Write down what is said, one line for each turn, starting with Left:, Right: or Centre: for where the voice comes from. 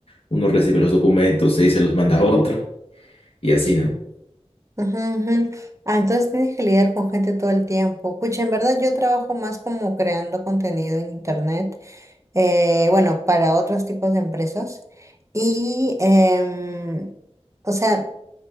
Left: uno recibe los documentos, ahí se los manda a otro, y así, ¿no?
Right: Ujú, ujú. Ah, entonces tienes que lidiar con gente todo el tiempo. Pucha, en verdad yo trabajo más como creando contenido en internet. eh, bueno, para otros tipos de empresas. Y, em, o sea,